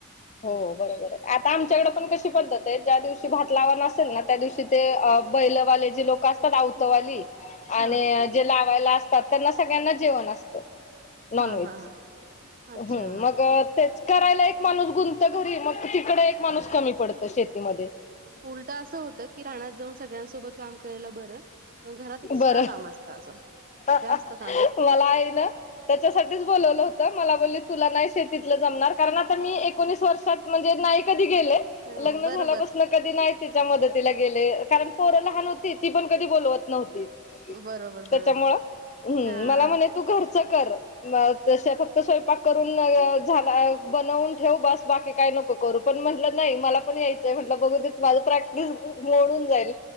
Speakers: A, on the left; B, on the right.
A: हो बरोबर आहे. आता आमच्याकडे पण कशी पद्धत आहे, ज्या दिवशी भात लावान अस तेना त्या दिवशी ते बैलवाले जे लोक असतात. आवतवाली
B: हा
A: आणि, जे लावायला असतात, त्यांना सगळ्यांना जेवण असतं. नॉन
B: हा
A: व्हेजच,
B: हा हा अच्छा
A: हम्म मग तेच. करायला एक माणूस गुंत घरी, मग तिकड एक माणूस कमी पडतं शेतीमध्ये.
B: उलट असं होतं की, रानात जाऊन सगळ्यांसोबत काम करायला बरं. पण घरात एक्स्ट्रा
A: बरं
B: काम असतं अजून.
A: मला
B: जास्त काम असतं
A: आई ना त्याच्यासाठीच बोलवलं होतं, मला बोलली तुला नाही शेती तिथल जमणार कारण आता मी एकोनीसवर्षात म्हणजे, नाही कधी गेले
B: हो,
A: लग्न
B: बरोबर
A: झाल्यापासन. कधी नाही तिच्या मदतीला गेले कारण पोर लहान होती ती पण कधी बोलवत नव्हती. त्याच्यामुळं
B: बरोबर बरोबर
A: हम्
B: हा
A: मला
B: हा
A: म्हणे तू घरचं कर. म तसे फक्त स्वयंपाक करून झाला बनवून ठेव बस बाकी. काय नको करू पण म्हटलं नाही मला पण यायचंय् म्हटलं बघू दे मोडून जाईल